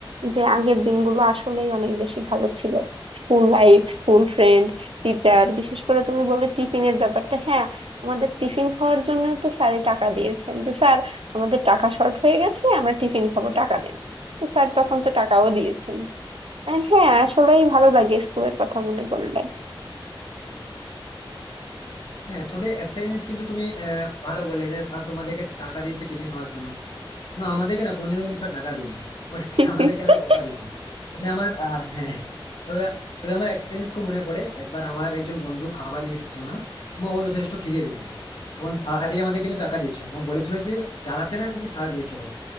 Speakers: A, on the right; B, on the left.
A: যে আগের দিনগুলো আসলেই অনেক বেশি ভালো ছিল School life school friend teacher বিশেষ করে তুমি বললে টিফিনের ব্যাপারটা হ্যাঁ আমাদের টিফিন খাওয়ার জন্য তো স্যারে টাকা দিয়েছেন যে স্যার আমাদের টাকা শর্ট হয়ে গেছে আমরা টিফিন খাবো টাকা দেন তো স্যার তখন তো টাকাও দিয়েছেন আহ, হ্যাঁ আসলেই ভালো লাগে স্কুলের কথা মনে পড়লে
B: হ্যাঁ তবে একটা জিনিস কিন্তু তুমি আহ, ভালো বললে যে স্যার তোমাদেরকে টাকা দিয়েছে টিফিন খাওয়ার জন্য কিন্তু আমাদেরকে না কোনোদিনও কিন্তু স্যার টাকা দেননি উল্টে
A: <laughs>
B: আমাদেরকে আরো বকা দিয়েছেন তবে আমার আহ, হ্যাঁ হ্যাঁ। তবে তবে আমার একটা জিনিস খুব মনে পড়ে একবার আমার একজন বন্ধু খাবার নিয়ে এসেছিল না এবং ও যথেষ্ট খিদে পেয়েছিল তখন স্যারই আমাদের কিন্তু টাকা দিয়েছিল এবং বলেছিল যে জানাতে না যে স্যার দিয়েছে বলে